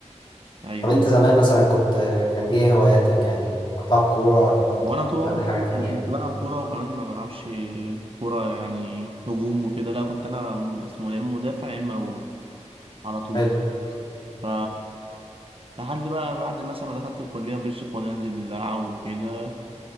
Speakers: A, on the right (about 50°); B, on the left (about 40°).
A: ايوه
B: طب انت زمان مثلا كنت كان ايه هواياتك يعني كنت بتلعب كورة ولا كنت
A: وانا
B: كنت
A: طول
B: بتعمل
A: عمري
B: حاجة تانية
A: كنت بلعب كورة وكمان ما بلعبش كورة يعني هجوم وكده لا كنت انا اسمه يا اما مدافع يا اما جون على طول
B: حلو
A: ف لحد بقى بعد مثلا ما دخلت الكلية مبقتش فاضي أنزل ألعب وكده